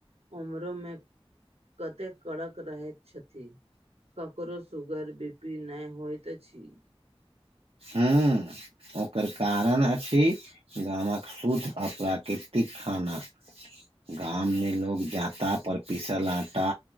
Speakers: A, on the right; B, on the right.
A: उम्र मे कते कड़क रहैत छथि। ककरो सुगर बी पी नहि होइत अछि।
B: हूँ ओकर कारण अछि गामक शुद्ध आ प्राकृतिक खाना। गाममे लोग जाँता पर पिसल आटा